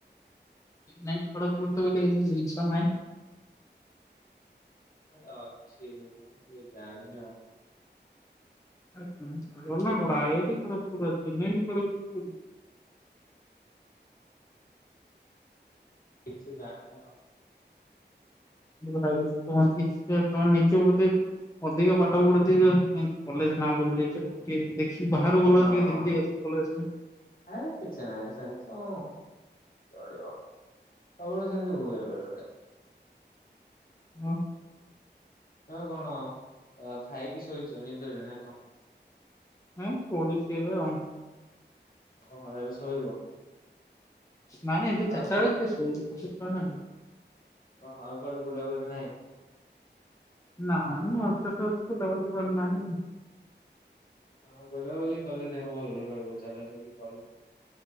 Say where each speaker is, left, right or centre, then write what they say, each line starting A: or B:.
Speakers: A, on the left; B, on the left.
A: ନାଇଁ ଖଡକ୍‌ପୁର ଗୋଟେ ତ କିଛି ଜିନିଷ ନାହିଁ।
B: ଆରେ ଅଛି ତମେ ଜାଣି ନାହଁ।
A: <unintelligible> ଖଡକପୁର୍ ଅଛି। <unintelligible>
B: <inaudible> ଠିକ୍ ସେ ଜାଣି ନା ଆଉ।
A: <unintelligible> ଅଧିକ ପାଠ ପଢୁଥିବେ। କିନ୍ତୁ କଲେଜ ନାଁ ବୁଲି ଯାଇଚନ୍‌ କିଏ ଦେକ୍ ବାହାରକୁ
B: ହଁ
A: ଗଲାବେଳକୁ ଟିକେ ଦେଖି ଦେଇଆଉଛି କଲେଜ ଟା।
B: ଆରେ କିଛି ନାହିଁ ସେମିତି କଣ ଚଳିବ ସବୁବେଳେ ସେମତି ହୁଏ ବେଳେ ବେଳେ।
A: ଅଁ।
B: ହଁ କଣ ଖାଇକି ଶୋଇଛ ନିଦରେ ନା କଁ।
A: ହଁ ପଢ଼ୁଚି ଏବେ ଆଉ।
B: ଓହୋ ଏବେ ଶୋଇବ?
A: ନାଇଁ ଏବେ ଚାରିଟା
B: ଆଉ କୁଆ
A: ବେଳେ କିଏ ଶୋଇବ ଛୁଆ ନା
B: ଓ ଆଉ କୁଆଡେ ବୁଲାବୁଲି ନାହିଁ?
A: ନାଇଁ <unintelligible> କୁଆଡେ ନାହିଁ।
B: ହଁ ବୁଲାବୁଲି କଲେ ଦେହ ଭଲ ରହିବ, ଚାଲା ଚାଲି କଲେ।